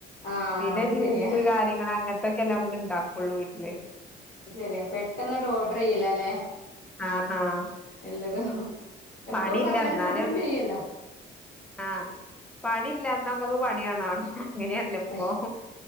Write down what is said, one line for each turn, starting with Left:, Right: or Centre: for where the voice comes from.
Left: ആഹ്
Centre: പിന്നെ
Left: ശരിയാ
Centre: ജ്യൂസ് കാര്യങ്ങള് അങ്ങൻത്തൊക്കല്ലെ ഇണ്ടാക്കൊള്ളു വീട്ടില്.
Left: ആഹ് ശരിയാ പെട്ടെന്നണ്ട് ആ ഓഡ്ര ചെയ്യലാല്ലേ
Centre: ആഹ് ആഹ്
Left: എല്ലതും. എപ്പൊ
Centre: പണിയില്ല
Left: പർഞ്ഞാലും
Centre: എന്നാലും
Left: കിട്ടും ചെയ്യല്ലോ.
Centre: ആഹ് പണില്ല എന്നാ നമക്ക് പണി ആണാനും. ഇങ്ങനെയല്ലപ്പൊ
Left: പക്ഷെ